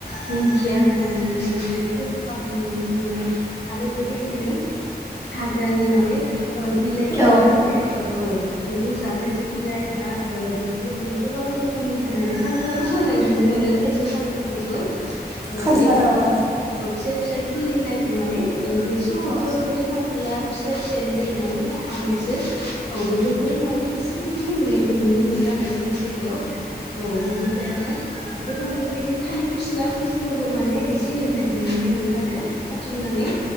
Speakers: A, on the left; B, on the right.
A: दिंखिया होनाय नुनो मोनो खा होनाय नुनो मोनो आरो बेबायदिनो हाग्रानि माने ओ बिलाइफोर
B: औ
A: माने ओ औ मैगं जानाय बिलाइ बा बेफोरबायदिनो गोबां रोखोमनि होनानै खान्थालखौ होनाय नुनो मोनो थाइजौ, खान्थालखौबो ओ
B: खान्थाल
A: बे
B: औ औ।
A: ओ फिसा फिसा खिरिनाय माने बे समावथ'
B: औ
A: दखानदाला फिसा फिसायानो जायो माने। हखांनायसो औ बेफोरखौबो माने थायसे थाइनै होनायखौ नुनो मोनो आरो जोंनि जायगायाव। औ बेनिफ्रायनो गोबां बेबायदिनो थाल मस्लाफोरखौबो माने एसे होनाय नुनो मोनो आरो हथुमनानै